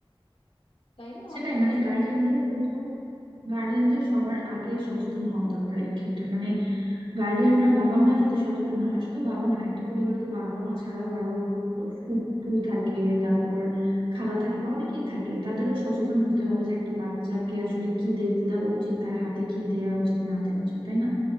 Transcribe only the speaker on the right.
সেটাই
মানে গার্ডিয়ানদের
প্রথম গার্ডিয়ানদের সবার আগে সচেতন হওয়া দরকার এই ক্ষেত্রে মানে গার্ডিয়ানরা বাবা মা যদি সচেতন না হয় শুধু বাবা মা না একটা পরিবার তো বাবা মা ছাড়াও আরো ফুপু থাকে তারপর খালা থাকে বা অনেকেই থাকে তাদেরও সচেতন হতে হবে যে একটা বাচ্চাকে আসলে কি দেখতে দেওয়া উচিত তার হাতে কি দেওয়া উচিত না দেওয়া উচিত তাই না